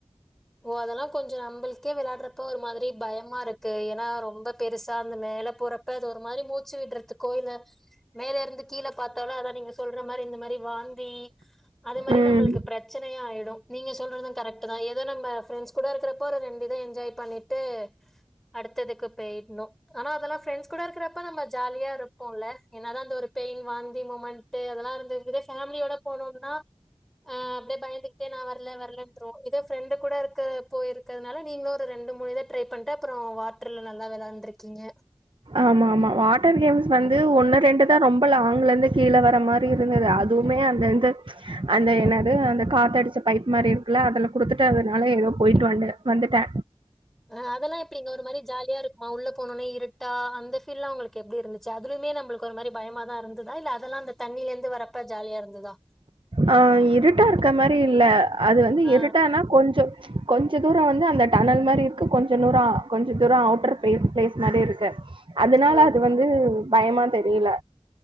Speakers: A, in the centre; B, on the right (about 55°).
A: ஓ அதெல்லா கொஞ்சோ நம்மளுக்கே விளாடுறப்ப ஒரு மாதிரி பயமா இருக்கு ஏன்னா ரொம்ப பெருசா அந்த மேல போற இப்ப அது ஒரு மாரி மூச்சு விடுறதுகோ இல்ல மேல இருந்து கீழ பாத்தாலு அதா நீங்க சொல்ற மாரி இந்த மாரி வாந்தி அது மாரி
B: ம்
A: இருந்தா நம்பளுக்கு பிரச்சனையா ஆயிடு நீங்க சொல்றது கரெக்ட் தா ஏத நம்ப ஃபிரண்ட்ஸ் கூட இருக்கிறப்போ ஒரு ரெண்டு இத என்ஜாய் பண்ணிட்டு அடுத்ததுக்கு போயிடணும் ஆனா அதெல்லா ஃப்ரெண்ட்ஸ் கூட இருக்கறப்ப நம்ம ஜாலியா இருப்போல என்னதா அந்த ஒரு பெயின் வாந்தி மூமெண்ட்டு அதெல்லா இருந்துகுது ஃபேமிலியோட போனோம்னா அ அப்டியே பயந்துகிட்டே நா வரல வரலன்ருவோ இது ஃப்ரெண்டு கூட இருக்க போய்ருக்கறனால நீங்களும் ஒரு ரெண்டு மூணு இத ட்ரை பண்ணிட்டு அப்பறோ வாட்டர்ல நல்லா வெளாண்ருக்கிங்க
B: ஆமா ஆமா வாட்டர் கேம்ஸ் வந்து ஒண்ணு ரெண்டு தா ரொம்ப லாங்ல இருந்து கீழ வர மா ப்ப இருந்தது அதுவுமே அந்த எந்த அந்த என்னது அந்த காத்தடுச்ச பைப் மாரி இருக்குல்ல அதுல குடுத்துட்டு அதனால ஏதோ போயிட்டு வண்டே வந்துட்டே
A: ஆ அதெல்லா எப்பிடிங்க ஒரு மாரி ஜாலியா இருக்குமா உள்ள போனனே இருட்டா அந்த ஃபீல்லா உங்களுக்கு கே எப்டி இருந்துச்சு அதுலயும்மே நம்மளுக்கு ஒரு மாரி பயமா தா இருந்துதா இல்ல அதெல்லா அந்த தண்ணில இருந்து வரப்ப ஜாலியா இருந்துதா
B: ஆ இருட்டா இருக்க மாரி இல்ல அது வந்து
A: ஆ
B: இருட்டான்னா கொஞ்சொ கொஞ்ச தூரோ வந்து அந்த டனல் மாரி இருக்கு கொஞ்ச தூரோ கொஞ்சம் தூரோ அவுட்டர் பே பிளேஸ் மாரி இருக்கு அதனால
A: ஓ
B: அது வந்து பயமா தெரியல